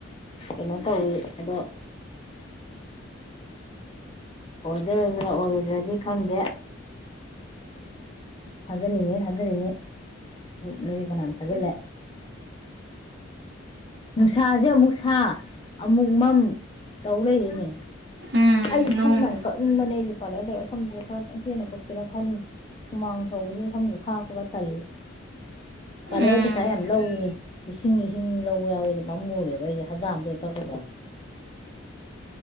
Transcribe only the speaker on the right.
ꯎꯝ
ꯅꯨꯡ
ꯎꯝ